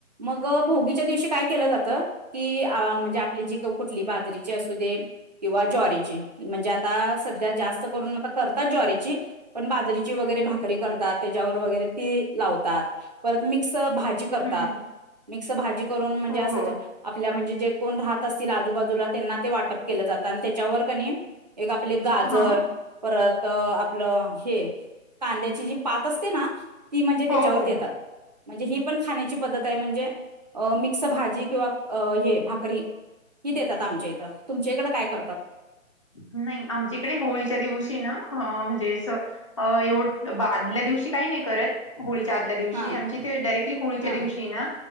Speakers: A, on the right; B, on the left.
A: मग भोगीच्या दिवशी काय केलं जात? कि म्हणजे आपली जी कुठली? बाजरीची असू दे किंवा ज्वारीची म्हणजे आता सध्या जास्त करून आता करतात ज्वारीची पण बाजरीची वगैरे भाकरी करतात. त्याच्यावर वगैरे तीळ लावतात, परत मिक्स भाजी
B: हम्म,
A: करतात.
B: हम्म.
A: मिक्स भाजी करून म्हणजे
B: हो
A: असं
B: हो
A: आपल्या म्हणजे जे कोण राहत असतील, आजूबाजूला त्यांना ते वाटप केलं जातं आणि त्याच्यावर कणी एक आपले गाजर
B: हा
A: परत आपलं, हे कांद्याची जी पात असते ना ती म्हणजे त्याच्यावर
B: हो हो
A: देतात. म्हणजे ही पण खाण्याची पद्धत आहे म्हणजे अ मिक्स भाजी किंवा हे भाकरी ही देतात, आमच्या इथं तुमच्या इकडं काय करतात?
B: नाही आमच्याकडे होळीच्या दिवशी ना म्हणजे अस अ एवढ आदल्या दिवशी काही नाही करत होळीच्या आदल्या दिवशी
A: हा
B: आमचे ते डायरेक्टली होळीच्या
A: हा
B: दिवशी ना